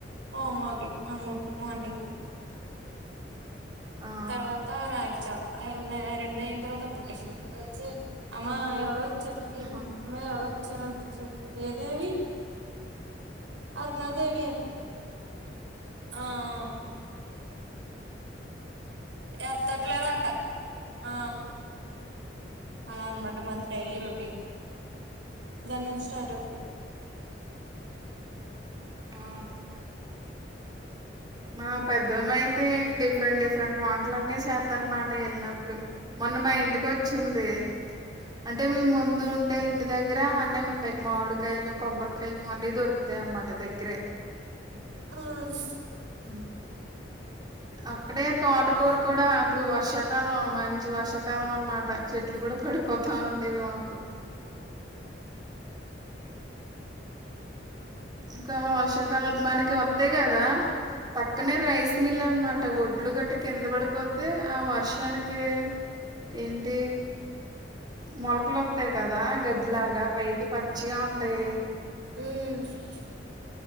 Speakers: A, on the right (about 85°); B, on the right (about 25°).
A: ఓం మరి గుడ్ మార్నింగ్.
B: ఆ
A: తర్వాత రాగిజావ. ఆ రెండు అయిన తర్వాత అ టిఫిన్. అమ్మా ఎవరూ చా <unintelligible>
B: ఆ
A: మా ఎవరోవచ్చారంట చూడు ఏ దేవి అరుణాదేవి. ఆ ఆ మ్ ఎత్తట్లేదంట ఆ అలా అన్నమాట మాది డైలీ రొటీన్. దాని నుంచి స్టార్ట్ అవుతుంది.
B: ఆ మా పెద్దమ్మాయి అయితే డిఫరెంట్ డిఫరెంట్ వంటలన్నీ చేస్తా అన్నమాట వెళ్ళినప్పుడు. మొన్న మా ఇంటికి వచ్చింది. అంటే మే ముందు ఉండే ఇంటి దగ్గర అన్నీ ఉంటాయి. మామిడికాయలు, కొబ్బరికాయలు అన్నీ దొరుకుతాయి అన్నమాట. దగ్గరే
A: ఓస్
B: హ్మ్. అక్కడే తోటకూర కూడా అప్పుడు వర్షాకాలం మంచి వర్షాకాలం అన్నమాట. చెట్లు కూడా పడిపోతా ఉండేవి మాకు. ఇంకా వర్షకాల మనకి వత్తాయి కదా. పక్కనే రైస్ మిల్ అన్నమాట ఒడ్లు గట్ ఇట్ కింద పడిపోతే ఆ వర్షానికి, ఏంటి? మొలకలోస్తాయి కదా? గడ్డిలాగా పైకి పచ్చిగా ఉంటాయి.
A: మ్